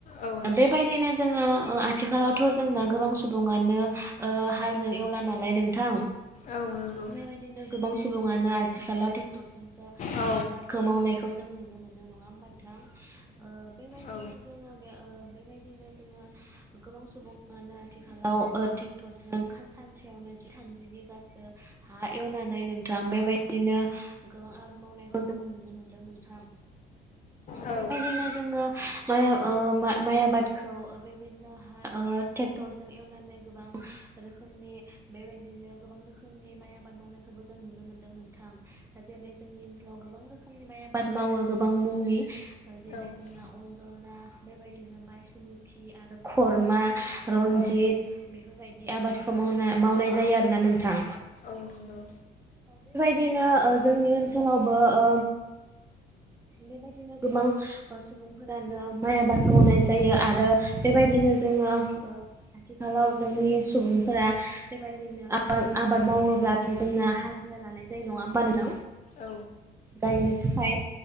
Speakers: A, on the left; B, on the right.
A: औ नंगौ
B: बेबायदिनो जोङो ओ आथिखालावथ' जोंना गोबां सुबुङानो ओ हालजों एवला नालाय नोंथां
A: औ नंगौ
B: बेबायदिनो गोबां सम। सुबुङनो आथिखालाव ट्रेक्टर जोंसो
A: औ
B: माइ आबादखौ मावनाय खौ जों नुनो मोनो नङा होमबा नोंथां ओ बेबायदिनो
A: औ
B: जोङो बे ओ बेबायदिनो जोङो गोबां सुबुङानो आथिखालाव ओ ट्रेक्टरजों सानसेयावनो जि थामजि बिगासो हा एवनानै नोंथां बेबायदिनो गोबां आबाद मावनायखौ जोङो नुनो मोनदों नोंथां। <unintelligible>
A: औ
B: बेबायदिनो जोङो माइ ओ माइ आबादखौ बेबायदिनो ओ टेकथरजों एवनानै गोबां रोखोमनि बेबायदिनो गोबां रोखोमनि माय आबाद मावनायखौ जोङो नुनो मोनो नोंथां जेरै जोंनि ओनसोलाव गोबां रोखोमनि माय आबाद मावो गोबां मुंनि जेरै
A: औ
B: जोंना अनजना बेबायदिनो बायसुथि आरो खरमा रनजित
A: औ
B: बेफोरबायदि आबादखौ मावनो मावनाय जायो आरोना नोंथां।
A: औ नोंगौ।
B: बिदिनो ओ जोंनि ओनसोलावबो ओ बेबायदिनो गोबां ओ सुबुंफोरानो माइ आबादखौ मावनाय जायो आरो बेबायदिनो जोङो ओ आथिखालाव जोंनि सुबुंफोरा बेबायदिनो <unintelligible> आबाद मावोब्लाथे जोंना हाजिरा लानाय जायो नङा होमबा नोंथा
A: औ
B: गायनो फाय